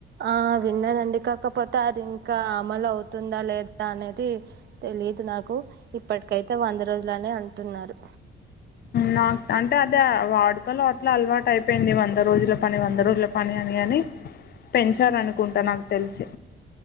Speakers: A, on the right; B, on the left.
A: ఆ విన్నదండి కాకపోతే అది ఇంకా అమలు అవుతుందా లేదా అనేది తెలీదు నాకు ఇప్పటికైతే వంద రోజులనే అంటున్నారు
B: నాక్ అంటే అదే వాడుకలు అట్ల అలవాటు అయిపోయింది వంద రోజుల పని వంద రోజుల పని అని అని పెంచారనుకుంటా నాకు తెలిసి